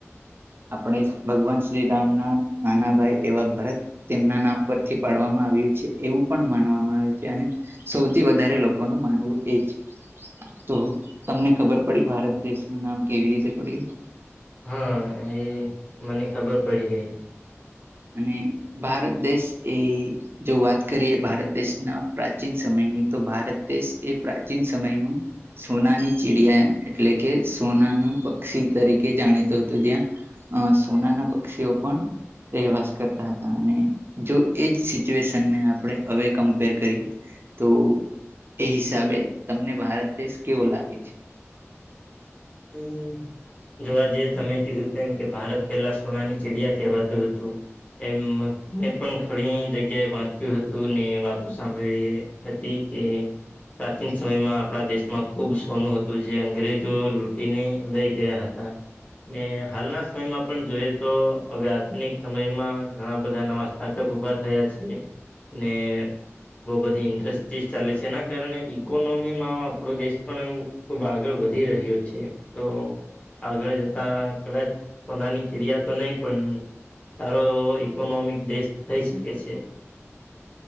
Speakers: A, on the right; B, on the left.
A: આપણે ભગવાન શ્રીરામ ના નાના ભાઈ એવા ભરત તેમના નામ પરથી પાડવામાં આવ્યું છે એવું પણ માનવામાં આવે છે અને સૌથી વધારે લોકોનું માનવું એ જ તો તમને ખબર પડી ભારત દેશનું નામ કેવી રીતે પડ્યું
B: હા એ મને ખબર પડી ગઈ
A: અને ભારત દેશ એ જો વાત કરીએ ભારત દેશના પ્રાચીન સમયની તો ભારત દેશ એ પ્રાચીન સમયમાં સોનાની ચિડિયા એટલે કે સોના નું પક્ષી તરીકે જાણીતુ હતું જ્યાં અ સોના ના પક્ષીઓ પણ રહેવાસ કરતા હતા અને જો એજ સિચ્યુએશનને આપણે હવે કમ્પેર કરીએ તો એ હિસાબે તમને ભારત દેશ કેવો લાગે છે
B: <inaudible> જો આજે તમે કીધું તેમ એમ કે ભારત પહેલા સોનાની ચીડિયા કહેવાતું હતું એમ મેં પણ ઘણી જગ્યાએ વાંચ્યું હતું ને વાતો સાંભળી પ્રતી કે પ્રાચીન સમયમાં આપણા દેશમાં ખુબ સોનું હતું જે અંગ્રેજો લૂટીને લઈ ગયા હતા <inaudible> ને હાલના સમયમાં પણ જોઈએ તો હવે આધુનિક સમયમાં ઘણા બધા નવા પાટપ ઉભા થયા છે ને બઉ બધી ઇન્ડસ્ટ્રીઝ ચાલે છે એના કારણે ઈકોનોમીમાં આપણો દેશ પણ ખુબ આગળ વધી રહ્યો છે તો આગળ જતા કદાચ સોનાની ચીડિયા તો નહી પણ સારો એવો ઇકોનોમિક દેશ થઈ શકે છે